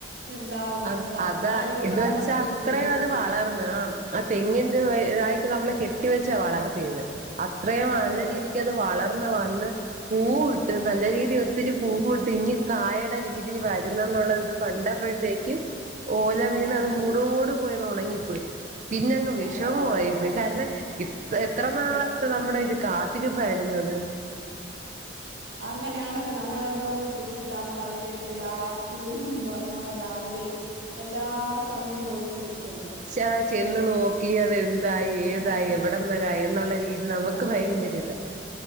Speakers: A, on the right; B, on the right.
A: ഇത്ണ്ടാവും നമ്മൾ
B: അത്
A: തക്കാളിയൊക്കെ
B: അതാ ഇത് വെച്ചാ
A: നമ്മൾ കൃഷി
B: അത്രെ
A: ചെയ്ത് നോക്കിയിരുന്നു
B: അത് വളർന്ന് ആഹ് ആ തെങ്ങിന്റെ
A: അതെ
B: ഇതായിട്ട് നമ്മളെ കെട്ടിവെച്ചാ വളർത്തിയത്. അത്രയും
A: അതെ
B: നല്ല
A: അതെ
B: രീതി ക്ക് അത് വളർന്ന് വന്ന് പൂവിട്ട്
A: ആ
B: നല്ല രീതി ഒത്തിരി പൂവ് ഇട്ട് ഇഞ്ഞ് കായെയ്ടെ രീതിയിൽ വരുന്നെന്നുള്ളത് ഇത് കണ്ടപ്പോഴത്തേക്കും ഓല
A: ആ
B: വീണ് അത് മൂടോട് പോയത് ഒണങ്ങിപ്പോയി. പിന്നങ്ങ് വിഷമമായി
A: അതാ അപ്പൊ
B: പോയി. കാര്ണം ഇത്ര എത്ര നാള
A: അതെ
B: ത്തെ നമ്മുടെ ഒരു കാത്തിരിപ്പായിരുന്നു അത്
A: അങ്ങനെ ആണല്ലോ നമ്മളെന്തോന്ന് കുഴിച്ചിട്ടാമ്മള് അതിന്റെ എടുത്ത് രാത്രിയും വെര്ണ്ണോണം രാവിലെയ് എല്ലാ സമയം പോയിക്കൊണ്ടിരിക്കല്ലോ
B: ക്ഷാ ചെന്ന് നോക്കി അതെന്തായി ഏതായി
A: ആ
B: എവിടം വരാ എന്നുള്ള രീതി നമുക്ക്
A: അതെ.
B: ഭയങ്കര ഇത്